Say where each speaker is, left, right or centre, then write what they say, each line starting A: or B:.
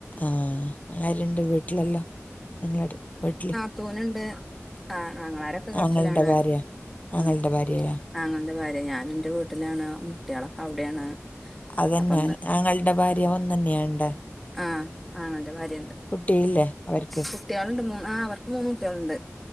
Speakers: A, on the left (about 30°); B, in the centre.
A: ആഹ്. ആരുണ്ട് വീട്ടിലെല്ലാം? നിങ്ങട് വീട്ടില്?
B: നാതൂന്ണ്ട്. ആ.. ആങ്ങളാരൊക്കെ ഗൾഫിലാണ്.
A: ആങ്ങളുടെ ഭാര്യ ആങ്ങളുടെ
B: ഉം.
A: ഭാര്യയാ
B: ആങ്ങളന്റെ ഭാര്യ. ഞാൻ ന്റെ വീട്ടിലാണ്, കുട്ടിയാളൊക്കെ അവിടേണ്.
A: അതന്നെ
B: അപ്പന്ന്,
A: ആങ്ങളുടെ ഭാര്യ ഒന്ന് തന്നെയാണ്ടെ
B: ആഹ്, ആങ്ങളന്റെ ഭാര്യണ്ട്.
A: കുട്ടിയില്ലേ അവർക്ക്
B: കുട്ടിയാള്ണ്ട്, മൂന്ന് ആഹ്, അവർക്ക് മൂന്ന് കുട്ടിയാളുണ്ട്.